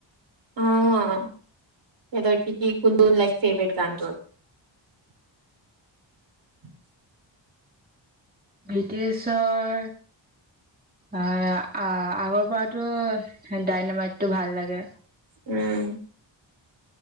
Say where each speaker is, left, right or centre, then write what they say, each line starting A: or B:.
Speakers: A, on the right; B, on the right.
A: অ', সিহঁতৰ কি, কি কোনটো লাইক ফেভৰেট গানটোত।
B: বি টি ছৰ আ, আ-আগৰ পৰাতো ডাইনামাইটটো ভাল লাগে।
A: উম।